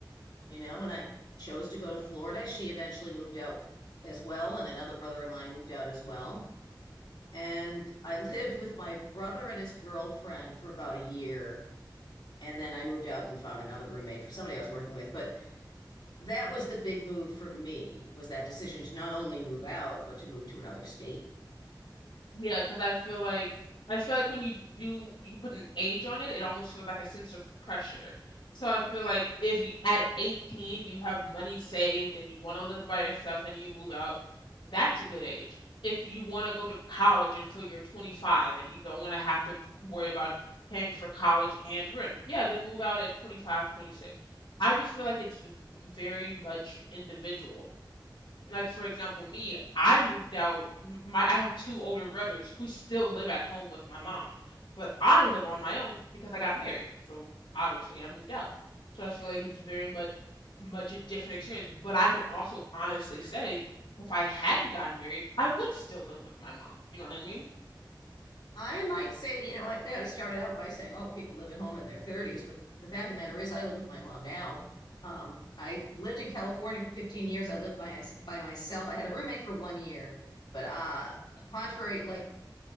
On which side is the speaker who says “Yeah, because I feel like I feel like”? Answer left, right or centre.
Left